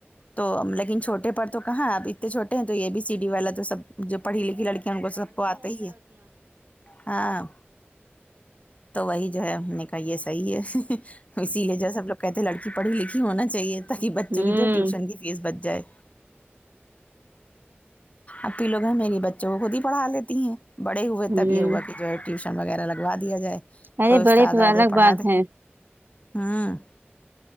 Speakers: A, on the left; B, on the right.
A: تو لیکن چھوٹے پر تو کہاں ہے اب اتنے چھوٹے ہیں تو یہے بی سی ڈی والا تو سب جو پڑھی لکھی لڑکی ان کو سب کو آتا ہی ہے ہاں تو وہی جو ہے ہم نے کہا یہ صحیح ہے اسی لیے جو ہے سب لوگ کہتے ہیں لڑکی پڑھی لکھی ہونا چاہیے تاکہ بچوں
B: ہوں
A: کی جو ہے ٹیوشن کی فیس بچ جائے اپپی لوگ ہیں میری بچوں کو خود ہی پڑا لیتی ہیں بڑے ہوئے
B: ہوں
A: تب یہ ہوا کہ جو ہے ٹیوش وغیرہ لگوا دیا جائے
B: ارے
A: کوئی استاد
B: بڑے تو
A: آجائے
B: الگ
A: پڑھا
B: بات
A: دے
B: ہے
A: ہوں